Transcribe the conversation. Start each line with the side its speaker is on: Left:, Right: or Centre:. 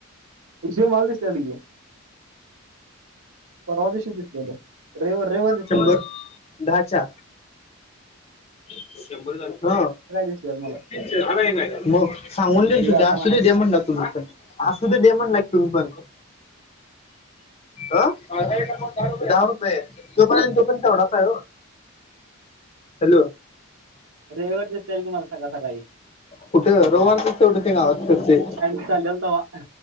Right: इसल्या मला दिसलं तिकडं. परवाच्या दिशी दिसलेले रविवार रविवार दिसलेले.
Left: शंभर दहाच्या ह
Right: दिसलेलं मला
Left: मग सांगून देईन.
Right: मी
Left: तुझ
Right: जाताना
Left: असू दे दे म्हण ला तुम्ही पण असू दे दे म्हणला तुम पण अ दहा रुपे तो पर्यत तो पण तेवढाच आहे. हॅलो <inaudible>
Right: रविवारी दिसतेल तुम्हाला सकाळी सकाळी
Left: कुठं
Right: <unintelligible>
Left: रविवारच तेवढं ते गावात फिरते
Right: कामाला चाललंय तव्हा